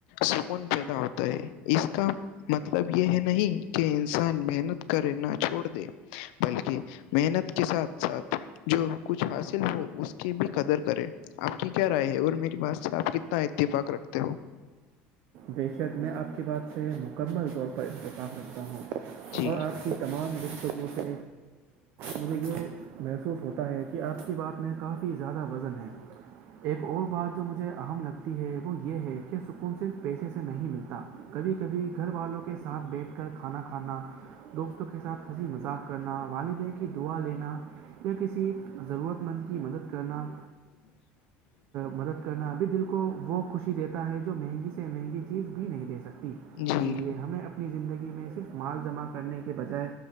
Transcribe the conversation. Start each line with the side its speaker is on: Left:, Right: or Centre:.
Left: سکون پیدا ہوتا ہے اس کا مطلب یہ ہے نہیں کہ انسان محنت کرے نہ چھوڑ دے بلکہ محنت کے ساتھ ساتھ جو کچھ حاصل ہو اس کی بھی قدر کرے آپ کی کیا رائے ہے اور میری بات سے آپ کتنا اتفاق رکھتے ہو
Right: بےشک میں آپ کی بات سے مکمل طور پر انتفاف رکھتا ہوں
Left: جی
Right: اور آپ کی تمام گفتگو سے مجھے یہ محسوس ہوتا ہے کہ آپ کی بات میں کافی زیادہ وزن ہے ایک اور بات جو مجھے اہم لگتی ہے وہ یہ ہے کہ سکون صرف پیسے سے نہیں ملتا کبھی کبھی گھر والوں کے ساتھ بیٹھ کر کھانا کھانا دوستوں کے ساتھ ہنسی مذاق کرنا والدین کی دعا لینا یا کسی ضرورت مند کی مدد کرنا
Left: <inaudible>
Right: مدد کرنا ابھی دل کو وہ خوشی دیتا ہے جو مہنگی سے مہنگی چیز بھی نہیں دے سکتی ت
Left: جی
Right: اسی لیے ہمیں اپنی زندگی میں صرف مال جمع کرنے کے بجائے